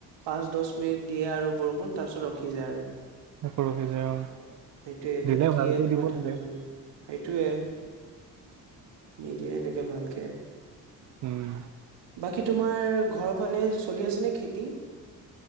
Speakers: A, on the right (about 65°); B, on the right (about 40°).
A: পাঁচ দহ মিনিট দিয়ে আৰু বৰষুণ তাৰ পিছত ৰখি যায় আৰু।
B: <unintelligible>
A: সেইটোয়েটো,
B: দিলে
A: কিয়ে
B: ভালকে
A: তোমাৰ
B: দিব
A: ঠাণ্ডা
B: লাগে
A: পৰিব সেইটোয়ে। নিদিয়ে এনেকে ভালকে।
B: উম।
A: কি তোমাৰ ঘৰৰ ফালে চলি আছে নে খেতি।